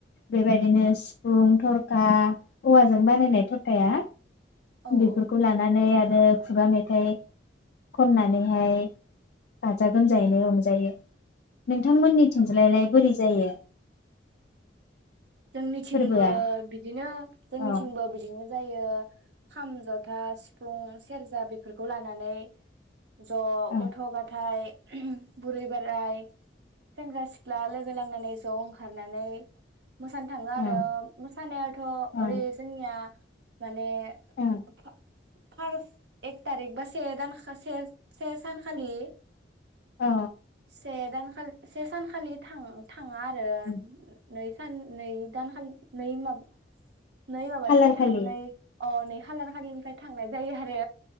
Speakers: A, on the left; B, on the right.
A: बेबायदिनो सिफुं थर औवाजों बानायनाय थरखाया
B: औ
A: बेफोरखौ लानानै आरो खुगा मेथाइ खननानैहाय गाजा गोमजायैनो रंजायो। नोंथांमोननि थिंज्लायलाय
B: औ
A: बोरै? जायो।
B: जोंनिथिंबो
A: फोरबोआ
B: बिदि बिदिनो जोंनिथिंबो
A: औ
B: बिदिनो जायो खाम जथा सिफुं सेरजा बेफोरखौ लानानै ज'
A: औ
B: गथ' गथाय बुरै बोराय सेंग्रा सिख्ला लोगो लांनानै ज' ओंखारनानै मोसानो थाङो आरो
A: ओ
B: मोसानायाथ'
A: ओ
B: ओरै जोंनिया माने
A: ओ
B: <unintelligible> फार्स एक तारिक बा से दानबा से-से सानखालि
A: औ
B: से दान खालि से सानखालि थांङो था थाङा आरो
A: ओ
B: नै सान नै दानलि नै माबा नै माबानिफ्राय
A: खालार
B: थांनानै
A: खालि
B: ओ नै खालार खालिनिफ्राय थांनाय जायो आरो